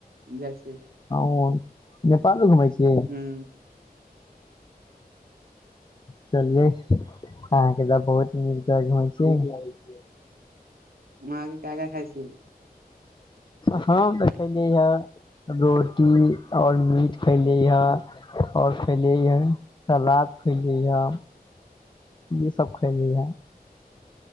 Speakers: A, on the right; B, on the left.
A: जाइ छै
B: ओ नेपालो घुमै छियै
A: हूँ
B: चलियै अहाँके त बहुत नीक जगह घुमै छीिय
A: <unintelligible> के का का खाय छिय
B: हम त कलिय ह रोटी और मीट खैले हे और खैले हे सलाद खैले हे ये सब खैली है